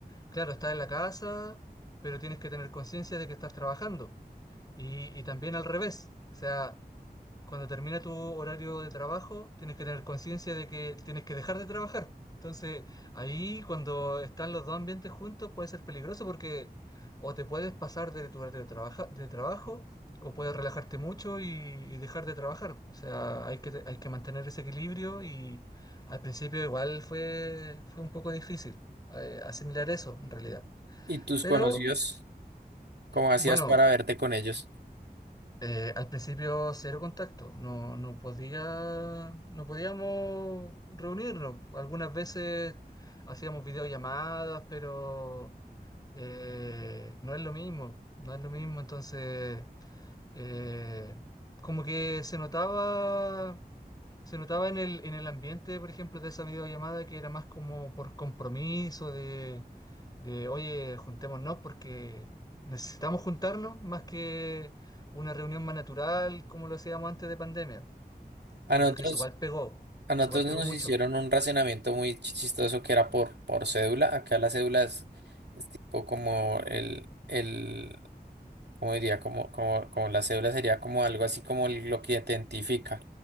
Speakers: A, on the left (about 25°); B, on the right (about 85°).
A: claro, estás en la casa, pero tienes que tener conciencia de que estás trabajando. Y, y también al revés, o sea, cuando termina tu horario de trabajo, tienes que tener conciencia de que tienes que dejar de trabajar. Entonces, ahí cuando están los dos ambientes juntos puede ser peligroso porque o te puedes pasar de tu horario de, trabaja- de trabajo o puedes relajarte mucho y, y dejar de trabajar. O sea, hay que, hay que mantener ese equilibrio y al principio igual fue, fue un poco difícil eh, asimilar eso en realidad.
B: ¿Y tus
A: Pero
B: conocidos? ¿Cómo hacías
A: bueno.
B: para verte con ellos?
A: Eh, al principio cero contacto, no, no podía, no podíamos reunirnos. Algunas veces hacíamos videollamadas, pero eh, no es lo mismo, no es lo mismo. Entonces, eh, como que se notaba se notaba en el, en el ambiente, por ejemplo, de esa videollamada que era más como por compromiso de, de, oye, juntémonos porque necesitamos juntarnos más que una reunión más natural como lo hacíamos antes de pandemia.
B: A
A: Yo
B: nosotros
A: creo que eso igual pegó,
B: A nosotros
A: eso igual pegó
B: nos
A: mucho.
B: hicieron un racionamiento muy chi- chistoso que era por, por cédula. Acá las cédulas es tipo como el, el, ¿cómo diría? Como, como, como la cédula sería como algo así como el- lo que identifica.